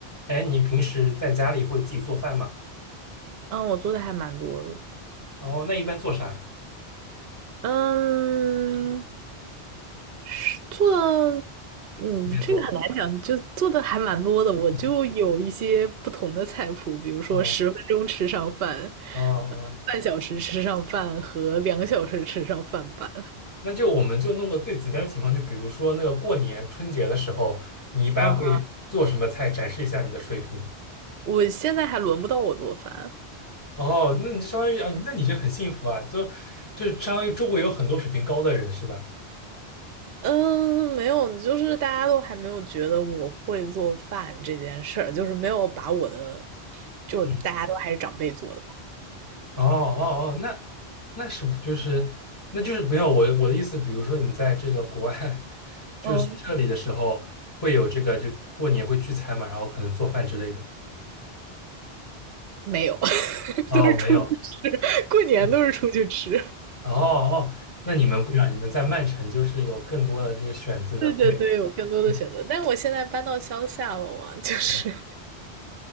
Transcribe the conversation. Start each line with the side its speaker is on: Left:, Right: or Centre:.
Left: 哎，你平时在家里会自己做饭吗？
Right: 嗯，我做的还蛮多的，
Left: 哦，那一般做啥？
Right: 嗯，是做的嗯，
Left: 随便做。
Right: 这个很难讲，就做的还蛮多的。我就有一些不同的菜谱，
Left: 嗯，
Right: 比如说十分钟吃上饭，
Left: 哦哦哦，
Right: 呃半小时吃上饭和两小时吃上饭版。
Left: 那就我们就弄个最极端的情况，就比如说那个过年春节的时候，你一般会做什么菜，
Right: 啊，
Left: 展示一下你的水平。
Right: 我现在还轮不到我做饭。
Left: 哦，那你就相当于啊，那你这很幸福啊，就就是相当于周围有很多水平高的人是吧？
Right: 嗯，没有，就是大家都还没有觉得我会做饭这件事儿，就是没有把我的，就大家都还是长辈做的吧。
Left: 嗯哦哦哦，那那是不就是那就是没有我我的意思，比如说你在这个国外，<laughs> 就是宿舍里的时候，
Right: 嗯，
Left: 会有这个就过年会聚餐嘛，然后可能做饭之类的。
Right: 没有 <laughs>，
Left: 哦，
Right: 都是出去吃，
Left: 没有，
Right: 过年都是出去吃。
Left: 嗯哦哦，那你们不一样，你们在曼城就是有更多的这个选择，
Right: 对对对，
Left: 对，
Right: 有更多的选择，
Left: 嗯
Right: 但我现在搬到乡下了嘛，就是
Left: 嗯